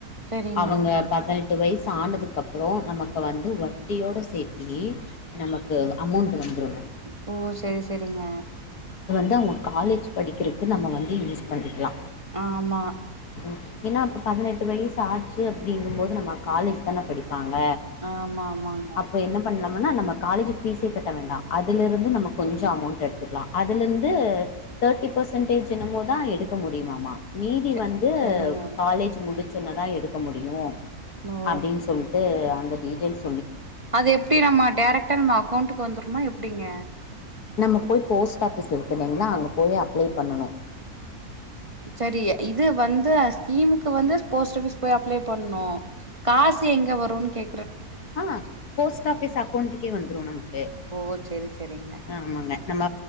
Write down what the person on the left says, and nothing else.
அவங்க பதுனெட் ட்டு வயசு ஆனதுக்கப்றோ நமக் இப்ப வந்து வட்டியோட சேத்தி நமக்கு அமௌண்ட்டு வந்துரு
து அவங்க காலேஜ் படிக்கிறக்கு நம்ம வந்து யூஸ் பண்ணிக்கலா
ம் ஏனா அப்ப பதனெட்டு வயசு ஆச்சு அப்பிடிங்கும் போது நம்ம காலேஜ் தான படி பாங்க
அப்ப என்ன பண்லா ம்னா நம்ம காலேஜுக்கு ஃபீஸே கட்ட வேண்டா அதுலிருந்து நமக் கொஞ்ச அமௌண்ட் எடுத்துக்கலா அதுலிர்ந்து தேர்ட்டி பெர்சன்டேஜ் என்னமோதா எடுக்க முடியுமாமா. மீதி
வந்து
காலேஜ் முடிச் சொன்னதா எடுக்க முடியு
அப்டின் சொல்ட்டு அந்த மெய்ட்டன்ஸ்
நம்ம போய் போஸ்ட் ஆஃபிஸ் இருக்கில்லைங்ளா அங்க போய் அப்ளை பண்ணனு
ஆ போஸ்ட் ஆஃபிஸ் அக்கௌண்ட்டுக்கே வந்துரு நமக்கு
ஆமாங்க நம்ம